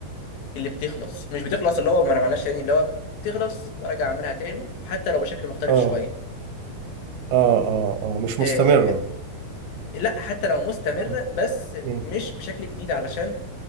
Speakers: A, on the left (about 65°); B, on the right (about 75°).
A: اللي بتخلص مش بتخلص اللي هو ما انا معلش تاني اللي هو بتخلص وارجع اعملها تاني حتى لو بشكل مختلف
B: اه
A: شويه
B: اه اه اه مش مستمرة
A: آه لا حتى لو مستمره
B: آه.
A: بس
B: مم.
A: مش بشكل جديد علشان